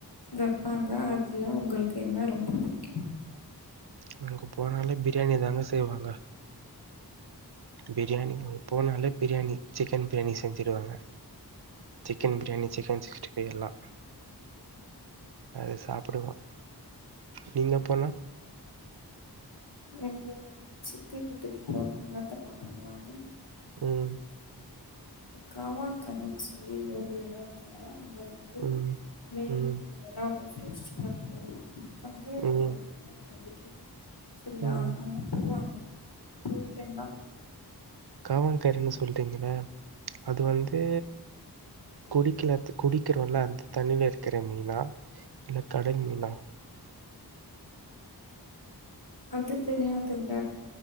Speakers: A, on the left; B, on the right.
A: வெப்பாங்க அதுல உங்களுக்கு என்ன ரொம்ப புடிக்கு
B: நா அங்க போனாலே பிரியாணி தாங்க செய்வாங்க பிரியாணிங்க அங்க போனாலே பிரியாணி சிக்கன் பிரியாணி செஞ்சிடுவாங்க chicken biryani chicken sixty five எல்லா அது சாப்புடுவோ நீங்க போனா
A: எங்க சித்தி வீட்டுக்கு போனா என்ன தெரிமா பண்ணுவாங்க
B: ம்
A: காவாங்கரன்னு சொல்லி ஒரு எடோங்க அங்க வந்து
B: ம்,
A: மீனு
B: ம்,
A: எறா எல்லாமே பிரஷ்ஷா இருக்கு கம்மியா விலையில
B: ம்,
A: எல்லா கெடைக்கு செரியா
B: ம்.
A: அங்க போவாங்க போயிட்டு என்ன
B: காவாங்கரன்னு சொல்றீங்கள்ல அது வந்து குடிக்கல குடிக்கிறோல்லா அந்த தண்ணில இருக்கற மீனா இல்ல கடல் மீனா
A: அது தெரியாதுங்க